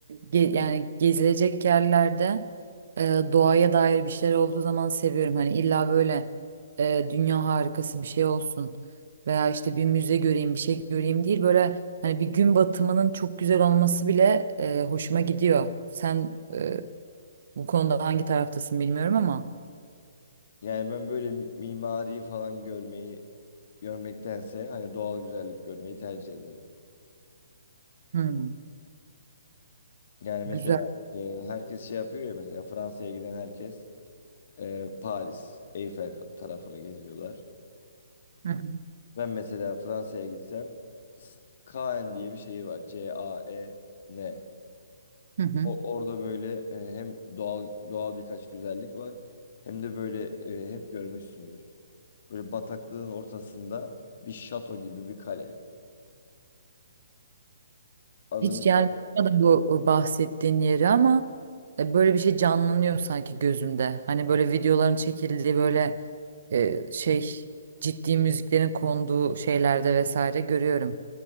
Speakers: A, on the right (about 55°); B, on the left (about 50°).
A: ge- yani gezilecek yerlerde e, doğaya dair bir şeyler olduğu zaman seviyorum. Hani illa böyle e, dünya harikası bir şey olsun veya işte bir müze göreyim bir şey göreyim değil. Böyle hani bir gün batımının çok güzel olması bile e, hoşuma gidiyor. Sen e, bu konuda hangi taraftasın bilmiyorum ama.
B: Yani ben böyle mimariyi falan görmeyi görmektense hani doğal güzellik görmeyi tercih ederim.
A: Hmm,
B: Yani mesela
A: güzel.
B: e, herkes şey yapıyor ya mesela Fransa'ya giden herkes e, Paris, Eyfel tarafını geziyorlar.
A: Hı hı.
B: Ben mesela Fransa'ya gitsem S- Caen diye bir şeyi var. C-A-E-N.
A: Hı hı.
B: O- Orada böyle e, hem doğal doğal birkaç güzellik var hem de böyle e, hep görmüşsündür. Böyle bataklığın ortasında bir şato gibi bir kale. Adını
A: Hiç yani bakmadım bu bahsettiğin yeri ama e, böyle bir şey canlanıyor sanki gözümde. Hani böyle videoların çekildiği böyle e, şey ciddi müziklerin konduğu şeylerde vesaire görüyorum.